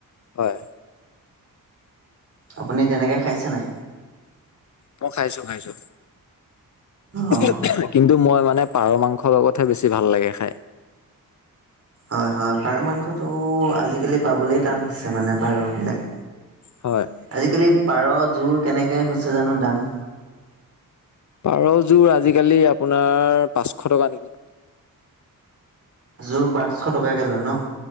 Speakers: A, on the left; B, on the right.
A: হয়।
B: আপুনি তেনেকে খাইছে নাই?
A: মই খাইছোঁ-খাইছোঁ। <unintelligible>
B: অঁ
A: কিন্তু মই মানে পাৰ মাংসৰ লগতহে বেছি ভাল লাগে খাই।
B: হয়, হয়, পাৰ মাংসতো আজিকালি পাবলৈয়ে টান হৈছে মানে পাৰবিলাক।
A: হয়
B: আজিকালি পাৰযোৰ কেনেকৈ হৈছে জানো দাম?
A: পাৰযোৰ আজিকালি আপোনাৰ, পাঁচশ টকা নেকি!
B: যোৰ পাঁচশ টকাকে লয় ন?